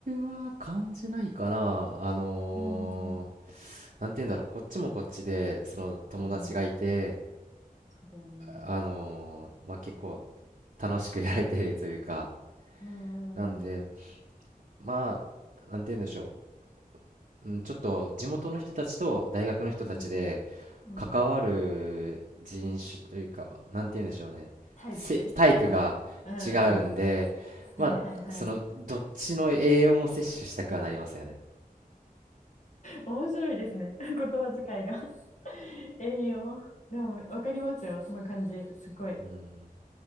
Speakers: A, on the right (about 60°); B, on the left (about 50°).
A: は感じないかな。あのー、
B: うんうん
A: なんて言うんだろう、こっちもこっちで、その友達がいて、
B: うん、うんそうだよね。
A: あのーまあ、結構楽しくやれてるというか、
B: うんうん
A: なんで、まあ、なんて言うんでしょう。うん、ちょっと地元の人たちと大学の人たちで
B: うん。うんうん。
A: 関わる人種というか、まなんて言うんでしょうね。
B: タイプわかる。
A: せタイプが
B: うんうんうんうんうんうんタイプわ
A: 違うんで、
B: かるううんはいはいはい。
A: まあ、その、どっちの栄養も摂取したくはなりますよね。
B: 面白いですね。<laughs> 言葉遣いが <laughs> 栄養。でも、わかりますよ。その感じ。すごい。
A: うん。